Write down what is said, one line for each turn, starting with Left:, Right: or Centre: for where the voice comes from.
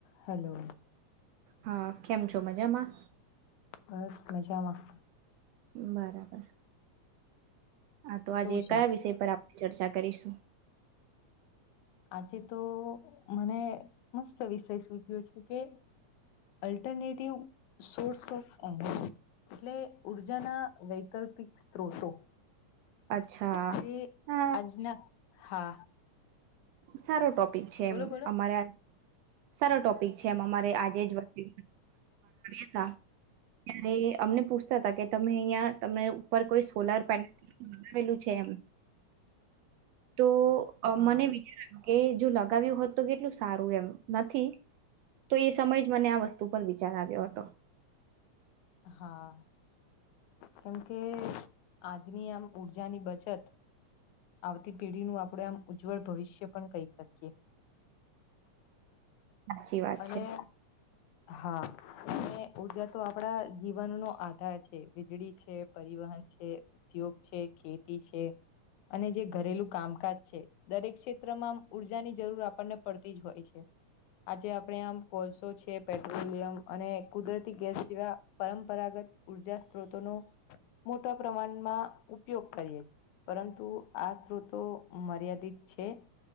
Left: Hello
Right: હા કેમ છો મજામાં
Left: બસ મજામાં
Right: બરાબર હા તો આજે
Left: કેવું ચાલ
Right: કયા વિષય પર આપણે ચર્ચા કરીશું
Left: આજે તો મને મસ્ત વિષય સૂચ્યો છે કે અલ્ટરનેટિવ સોર્સ ઓફ એટલે ઉર્જાના વૈકલ્પિક સ્ત્રોતો
Right: અચ્છા
Left: જે
Right: હા
Left: આજના હા
Right: સારો ટોપિક છે
Left: બોલો
Right: એમ
Left: બોલો
Right: અમારે સારો ટોપિક છે એમ અમારે આજે જ વા બે હતા ત્યારે અમને પૂછતા હતા કે તમે અહં તમને ઉપર કોઈ સોલાર પેનલલું છે એમ તો
Left: હા
Right: મને વિચાર કે જો લગાવ્યું હોત તો કેટલું સારું એમ નથી તો એ સમય જ મને આ વસ્તુ પર વિચાર આવ્યો હતો
Left: હા કેમ કે આજની આમ ઉઊર્જાની બચત આવતી પેઢીનું આપણે આમ ઉજ્જવળ ભવિષ્ય પણ કહી શકીએ <inaudible>
Right: સાચી વાત
Left: અને
Right: છે
Left: હા અને ઉર્જા તો આપડા જીવનનોો આધાર છે વીજળી છે પરિવહન છે ઉદ્યોગ છે ખેતી છે અને જે ઘરેલું કામકાજ છે દરેક ક્ષેત્રમાં ઉર્જાની જરૂર આપણને પડતી જ હોય છે <inaudible> આજે આપણે આમ કોલસો છે પેટ્રોલિયમ અને કુદરતી ગેસ જેવા પરંપરાગત ઉર્જા સ્ત્રોતો ન મોટા પ્રમાણમાં ઉપયોગ કરીએ છી પરંતુ આ સ્ત્રોતો મર્યાદિત છે